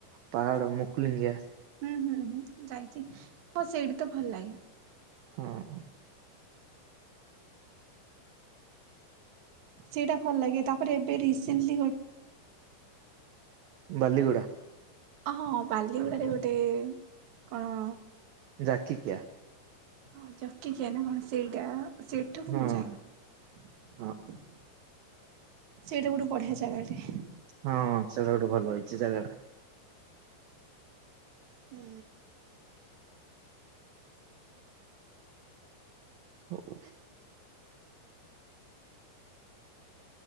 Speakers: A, on the right; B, on the right.
A: ପାହାଡ
B: ଯୋଉ
A: ମୁକୁଲିଙ୍ଗିଆ
B: ହୁଁ ହୁଁ। ହୁଁ ଯାଇଚି ହଁ ସେଇଠି ତ ଭଲ ଲାଗେ।
A: ହଁ।
B: ସେଇଟା ଭଲ ଲାଗେ। ତାପରେ ଏବେ ରିସେଣ୍ଟଲି ଗୋ-
A: ବାଲିଗୁଡ଼ା।
B: ହଁ ବାଲିଗୁଡାରେ ଗୋଟେ କଣ
A: ଜାକିିକିଆ।
B: ହଁ ଜକିକିଆ ନା କଣ ସେଇଠି ସେଠୁକୁ
A: ହଁ
B: ମୁଁ ଯାଇନି।
A: ହଁ
B: ସେଇଟା ଗୋଟେ ବଢ଼ିଆ ଜାଗାଟେ।
A: ହଁ ସେଇଟା ଗୋଟେ ଭଲ ହେଇଛି ଜାଗାଟା।
B: ହୁଁ।
A: ଓ ଓ